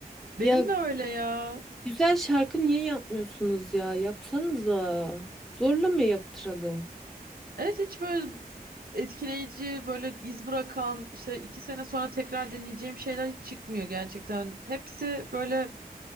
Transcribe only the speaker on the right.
Benim
de öyle ya.
Evet hiç böyle etkileyici, böyle iz bırakan, işte iki sene sonra tekrar dinleyeceğim şeyler hiç çıkmıyor gerçekten. Hepsi böyle